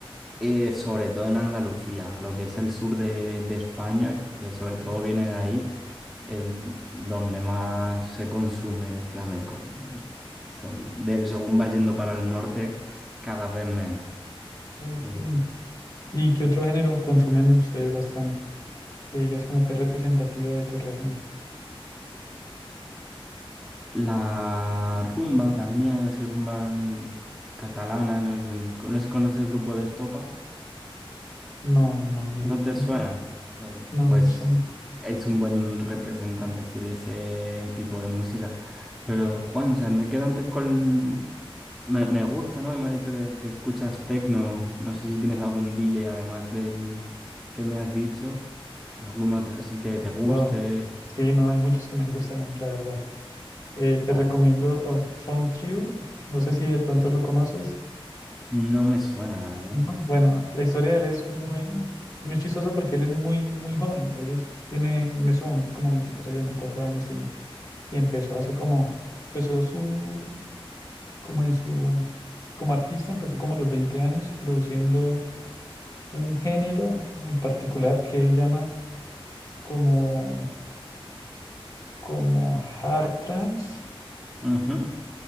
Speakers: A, in the centre; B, on the left (about 40°).
A: eh, sobre todo en Andalucía, lo que es el sur de, de España, que sobre todo viene de ahí, es donde más se consume el flamenco. ¿no? Eh, se- del- según va yendo para el norte, cada vez menos.
B: Ok.
A: Ven.
B: ¿Y qué otro género consumen ustedes bastante? que digas como que es representativo de tu región.
A: La rumba también, así rumba mm, catalana, ¿no? Que- ¿Conoces, conoces el grupo de Estopa?
B: No, no, no, no lo
A: ¿No
B: recomiendo.
A: te suena? Pues,
B: No,
A: pues
B: no me suena.
A: es un buen representante así de ese tipo de música. Pero Juan, o sea, me quedo antes con... Me, me gusta, ¿no? Que me has dicho que, que escuchas techno. No sé si tienes algún DJ además del que me has dicho. Alguno otro así que te guste.
B: Pero, sí, no, hay muchos que me gustan, a mí, la verdad.
A: ¿no?
B: Eh, te
A: O
B: recomiendo A Found Tribu. No sé si de pronto lo conoces.
A: no me suena, la verdad.
B: ¿no? Bueno, la historia de él es muy, muy chistosa porque él es muy, muy joven. Él es, tiene en ese momento como 23 24 años tiene. Y empezó hace como, empezó su, como en su, como artista, empezó como a los 20 años produciendo un género en particular que él llama como, como hard trance
A: Ujú.